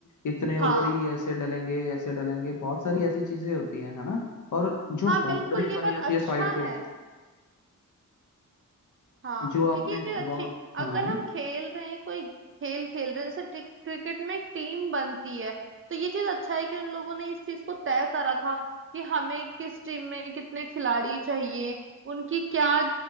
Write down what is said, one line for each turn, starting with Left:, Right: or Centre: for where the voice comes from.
Left: इतने
Right: हाँ
Left: ओवर ही ऐसे डलेंगे ऐसे डलेंगे बहुत सारी ऐसी चीजें होती हैं है ना और जो
Right: हाँ
Left: बाउंड्री
Right: बिल्कुल ये
Left: बनी
Right: बात
Left: होती
Right: अच्छा
Left: है साइड पे
Right: है हाँ
Left: जो आपने
Right: क्योंकि ये चीज अच्छी
Left: बौ-
Right: अगर
Left: हाँ
Right: हम खेल रहे हैं कोई खेल खेल रहे हैं जैसे टिक- क्रिकेट में एक टीम बनती है तो ये चीज अच्छा है कि उन लोगों ने इस चीज को तय करा था कि हमें किस टीम में कितने खिलाड़ी चाहिए उनकी क्या